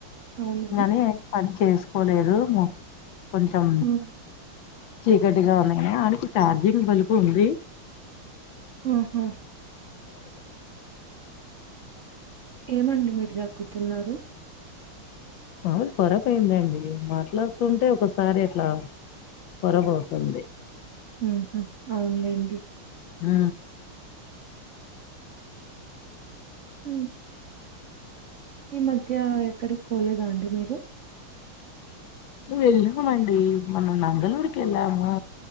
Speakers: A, on the right; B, on the left.
A: అవునా
B: నని పడి చేసుకోలేదు కొంచెం
A: ఉమ్
B: చీకటిగా ఉంది అ చార్జింగ్ బల్బ ఉంది
A: ఆహా ఏమండి మీరు దగ్గుతున్నారు
B: మామలు పొరబ్యొయిందండి మాట్లాడుతుంటే ఒకసారి అట్లా పరబ్ పోతుంది
A: ఊ హఅవునులేండి
B: హ
A: హ ఈ మధ్య ఎక్కడికి పోలేదా అండి మీరు
B: ను వెళ్ళమండి మన్న నంగళూరుకి వెళ్ళము